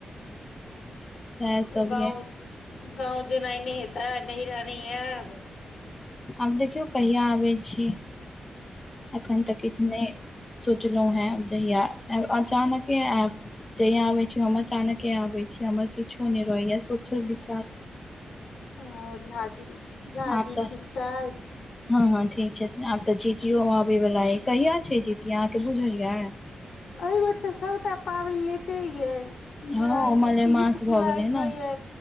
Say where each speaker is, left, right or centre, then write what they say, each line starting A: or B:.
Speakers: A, on the left; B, on the left.
A: सेएह
B: गाँव
A: सभ यै
B: गाँव जेनाइ नहि हैता नहिरा नै ऐब
A: आब देखियौ कहिया आबैत छी एखन तऽ किछु नहि सोचलहुँ हैं जहिया ऐब अचानके आयब जहिया आबै छी हम अचानके आबै छी हमर किछो नहि रहैया सोचल विचारल
B: ओ झा जी झा
A: आब
B: जी
A: तऽ
B: ठीक छथि
A: हँ हँ ठीक छथिन आब तऽ जीतियो आबे वाला या कहिया छै जीतिया अहाँके बुझलियै
B: एहि बेर तऽ सभटा पाबनि लेटे ये जुलाइ
A: हँ ओ
B: मे
A: मलेमास
B: तीस जुलाई
A: भऽ गेलै
B: क
A: ने
B: यै